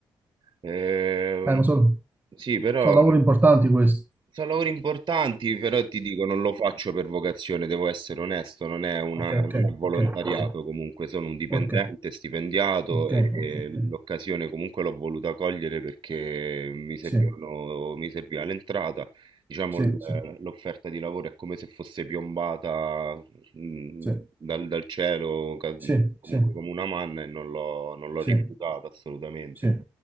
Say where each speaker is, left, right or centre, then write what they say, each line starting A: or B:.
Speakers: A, on the right; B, on the right.
A: Ehm,
B: Eh, ma sono,
A: sì, però
B: sono lavori importanti questi.
A: sono lavori importanti, però ti dico, non lo faccio per vocazione, devo essere onesto, non è una,
B: Ah, Ok,
A: non
B: ok,
A: è volontariato
B: ok, ok,
A: comunque, sono un dipendente,
B: ok,
A: stipendiato
B: ok,
A: e, e
B: ok, ok.
A: l'occasione comunque l'ho voluta cogliere perché mi servivano,
B: Sì,
A: mi serviva l'entrata, diciamo
B: sì,
A: l-
B: sì,
A: l'offerta di lavoro è come se fosse piombata mh,
B: sì,
A: dal, dal cielo, ca-
B: sì,
A: comunque
B: sì, sì.
A: come una manna e non l'ho non l'ho
B: sì.
A: rifiutata assolutamente.
B: Sì,